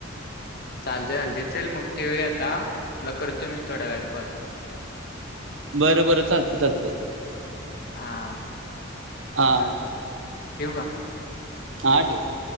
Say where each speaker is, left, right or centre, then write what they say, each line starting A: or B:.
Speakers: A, on the left; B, on the right.
A: चालते चालते चल मग ठेवूया आता करतो मी थोड्या वेळात कॉल.
B: बरं बरं चालतंय चालतंय
A: हां
B: हा
A: चाल ठेवू का?
B: हां ठेव.